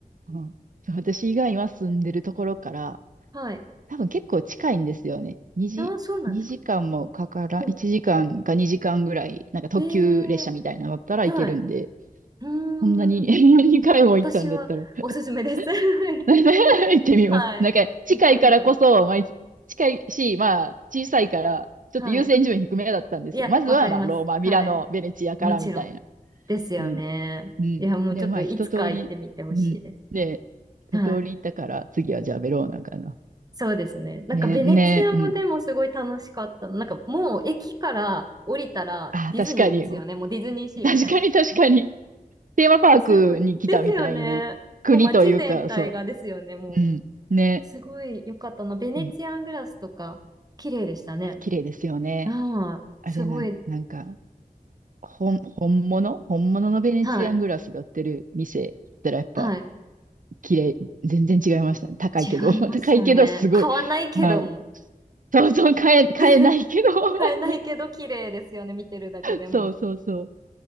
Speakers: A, on the right; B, on the right.
A: うんそう私以外は住んでるところから、
B: <laughs> はい。
A: 多分結構近いんですよね。2時、
B: あ、そうなんですか。
A: 2時間もかからん、
B: もう、
A: 1時間か2時間ぐらい、なんか特急列車みたいなのだったら行けるんで、
B: えー、はい。う
A: こんなに
B: ーん。
A: <laughs> 2回も行ったんだったら
B: 私はおすすめです。
A: <laughs>
B: <laughs>
A: 行ってみます。
B: はい。
A: なんか近いからこそ、
B: 行ってみてほしい。
A: まあ、近いし、まあ小さいから、ちょっと優先順位低めだったんですよ。
B: はい。いや、
A: まずはまあローマ、
B: わかります。
A: ミラノ、
B: はい。
A: ベネチアからみたいな。
B: もちろん。ですよね。
A: ね。うん。
B: いや、もうちょっといつか行ってみてほしいです。
A: で、まあ一通り、うん。で、
B: はい。
A: 一通り行ったから、次はじゃあベローナかな。
B: そうですね。なんかベネチアもでもすごい楽しかったの。
A: ね、ね、うん。
B: なんかもう駅から降りたらディズニーですよね。
A: あ、確かに。
B: もうディズニーシーみたいな。
A: 確かに確かに。テーマパークに来たみたいな国というか、
B: すごい。ですよね。もう街全体がですよね。
A: そ
B: もう、
A: う。うん。ね。
B: すごい良かったな。ベネチアングラスとか、
A: うん。
B: 綺麗でしたね。
A: あ綺麗ですよね。
B: ああ、
A: あれなん、
B: すごい。
A: なんか、本、本物本物のベネチアングラスが売ってる店だったらやっぱ
B: はい。はい。
A: 綺麗、全然違いましたね。高いけど、
B: 違いますよね。
A: <laughs> 高いけどすごい。
B: 買わないけども。
A: はい。そうそう、買え、買えないけど、
B: <laughs>
A: <laughs> あ
B: 買えないけど綺麗ですよね。
A: の
B: 見てるだけでも。
A: そうそうそ